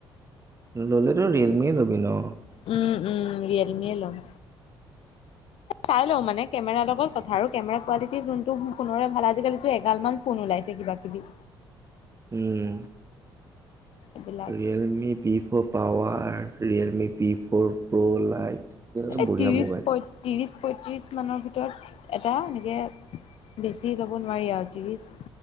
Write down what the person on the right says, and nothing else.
ল'লেতো ৰিয়েলমি ল'বি ন'।
উম।
Realme P four power, Realme P four pro lite.
বঢ়িয়া
মোবাইল